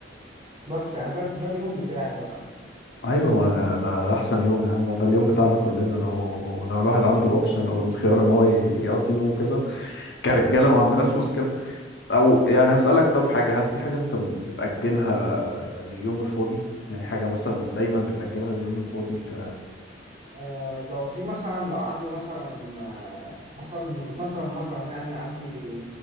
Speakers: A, on the right; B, on the left.
A: بس يعني ده, ده اليوم بتاعي مثلا
B: ايوه ما ده, ده احسن يوم يا عم ده اليوم بتاعنا كلنا لو لو الواحد عنده الاوبشن او الخيار ان هو ي- يقضي يومه كده كرجاله ما عندناش مشكله او يعني هسألك طب حاجة هل في حاجة انت م- بتأجلها لليوم الفاضي يعني حاجة مثلا دايما بتأجلها لليوم الفاضي ك
A: آه لو في مثلا لو عندي مثلا آه مثلا مثلا مثلا يعني عندي